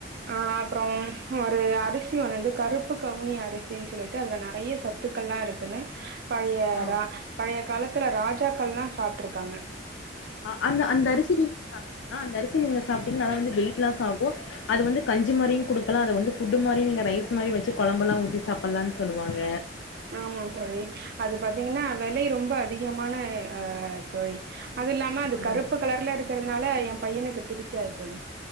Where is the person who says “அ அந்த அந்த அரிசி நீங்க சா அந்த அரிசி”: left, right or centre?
Left